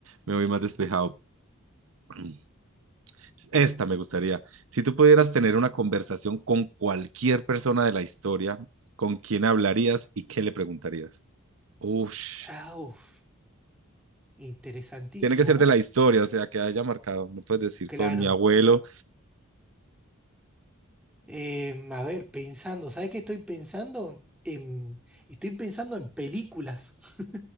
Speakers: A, on the right (about 75°); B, in the centre.
A: me voy más despejado. <clears throat> Esta me gustaría. Si tú pudieras tener una conversación con cualquier persona de la historia, ¿con quién hablarías y qué le preguntarías? Ush,
B: Ah, uf. Interesantísimo,
A: tiene que ser
B: ¿no?
A: de la historia, o sea, que haya marcado. No puedes decir
B: Claro.
A: con mi abuelo.
B: Em, a ver, pensando, ¿sabes qué estoy pensando? Em, estoy pensando en películas. <laughs>